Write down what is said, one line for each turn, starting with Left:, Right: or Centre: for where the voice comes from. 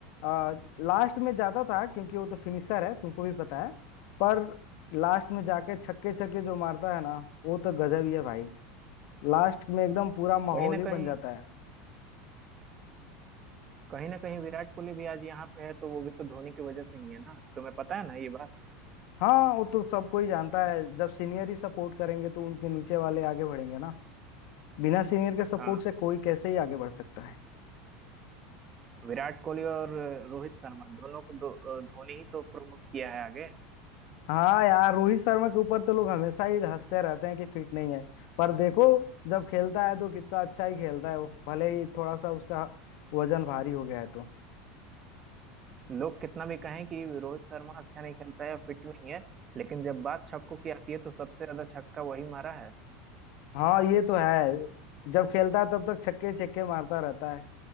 Left: आ, लास्ट में जाता था क्योंकि वो तो फिनिशर है तुमको भी पता है पर लास्ट में जाके छक्के छक्के जो मारता है ना वो तो गजब ही है भाई लास्ट में एकदम पूरा माहौल
Right: कहीं ना
Left: ही बन
Right: कहीं
Left: जाता है
Right: कहीं ना कहीं विराट कोहली भी आज यहाँ पे है तो वो भी तो धोनी की वजह से ही है ना तुम्हें पता है ना ये बात
Left: हाँ वो तो सबको ही जानता है जब सीनियर ही सपोर्ट करेंगे तो उनके नीचे वाले आगे बढ़ेंगे ना बिना सीनियर के सपोर्ट
Right: हाँ
Left: से कोई कैसे ही आगे बढ़ सकता है
Right: विराट कोहली और रोहित शर्मा दोनों को दो, धोनी ही तो प्रमोट किया है आगे
Left: हाँ यार रोहित शर्मा के ऊपर तो लोग हमेशा ही हंसते रहते हैं कि फिट नहीं है पर देखो जब खेलता है तो कितना अच्छा ही खेलता है वो भले ही थोड़ा सा उसका वजन भारी हो गया है तो
Right: लोग कितना भी कहें कि रोहित शर्मा अच्छा नहीं खेलता है फिट नहीं है लेकिन जब बात छक्कों की आती है तो सबसे ज्यादा छक्का वही मारा है
Left: हाँ ये तो है जब खेलता है तब तक छक्के छक्के मारता रहता है